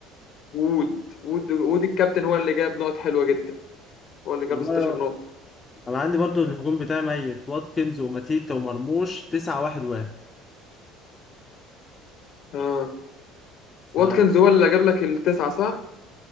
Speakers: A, on the left; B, on the left.
A: وود وود وود الكابتن هو اللي جاب نقط حلوة جدا هو اللي جاب
B: والله
A: 16 نقطة
B: انا عندي برضو الهجوم بتاعي ميت واتكنز وماتيتا ومرموش تسعة واحد واحد
A: اه
B: ف
A: واتكنز هو اللي جاب لك التسعة صح؟